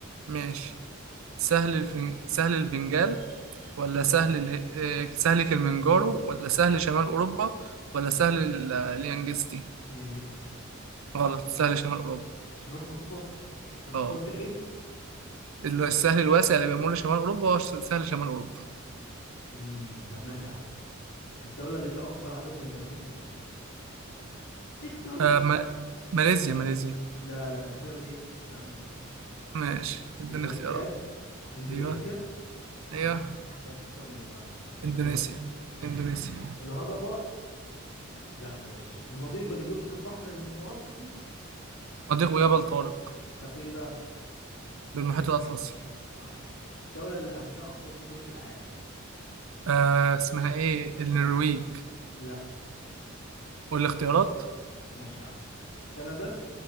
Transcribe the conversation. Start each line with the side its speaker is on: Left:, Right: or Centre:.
Right: ماشي سهل الفن... سهل البنجال ولا سهل اله... آه، سهل كلمنجارو ولا سهل شمال أوروبا ولا سهل ال- آه، اليانجستي
Left: كده انجزتي
Right: غلط سهل شمال أوروبا
Left: شمال اوروبا ده طب
Right: اه
Left: قلت فين؟
Right: ال- السهل الواسع اللي بيمر شمال أوروبا هو ش- سهل شمال أوروبا
Left: امم طب ماشي يا عم الدولة اللي فيها أكبر عدد من البراكين النشيطة دي اختيارات
Right: آه ما... ماليزيا
Left: ماشي
Right: ماليزيا
Left: لا لا أنت كده بقى إيه بتقول كلام مش تمام
Right: ماشي اديني
Left: الفاتيكان
Right: اختيارات
Left: إندونيسيا
Right: أيوه أيوه
Left: بس اختار منهم يا عم مش
Right: إندونيسيا
Left: هزود عليك. ماشي
Right: إندونيسيا
Left: الهضبة لا بلاش المضيق اللي بيربط البحر المتوسط
Right: مضيق
Left: بالأطلس.
Right: جبل طارق
Left: طب إيه بقى؟
Right: بالمحيط الأطلسي
Left: صح كده الدولة اللي عندها أكبر جزر في العالم
Right: آه اسمها إيه النرويج
Left: لا
Right: والاختيارات
Left: ماشي يا عم كندا